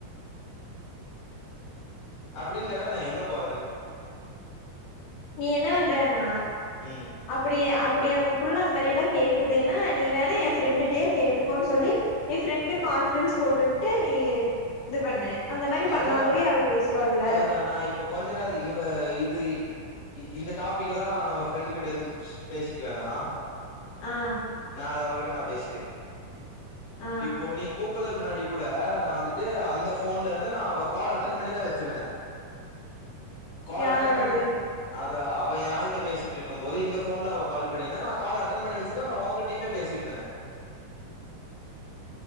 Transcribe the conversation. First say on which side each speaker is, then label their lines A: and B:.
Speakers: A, on the left (about 50°); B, on the left (about 85°).
A: அப்பிடின்னு கேட்டா நா எங்க போறது
B: நீ என்ன பண்றேனா
A: ம்
B: அப்பிடி அப்பிடி அந்த புள்ள அந்த மாதிரியெல்லா கேக்குது ஏனா நீ வேணா எ ஃப்ரெண்டுட்டையே கேட்டுக்கோனு சொல்லி நீ ஃப்ரெண்டுக்கு கான்ஃபரென்ஸ் போட்டுட்டு நீ இது பண்ணு அந்த மாரி பண்ணா
A: அதுதா
B: கூடயு அவ பேசுவாள்ல
A: அதுதா நா இப்ப கொஞ்ச நேர இவ இது இ இந்த டாபிக்கதா நம்ம ஃப்ரெண்டு கிட்ட எதும் பேசிக்க வேணா
B: ஆஹ்
A: அத அவகிட்ட நா பேசிக்கறே
B: ஆ
A: இப்போ நீ கூப் கூப்படறதுக்கு முன்னாடி கூட நா வந்துட்டு அந்த ஃபோன்ல இருந் து நா அவ கால் அட்டன் பண்ணிதா வச்சிருந்தே கால்
B: யாரோடது
A: அட்டென்பன் த அவ எ ஆள்ட்ட பேசிட்டு இருக்கும் போது இந்த ஃபோன்ல அவ கால் பண்ணிருந்தா நா கால் அட்டன் பண்ணி வச்சுதா நா உங்கிட்டயுமே பேசிட்டு இருந்த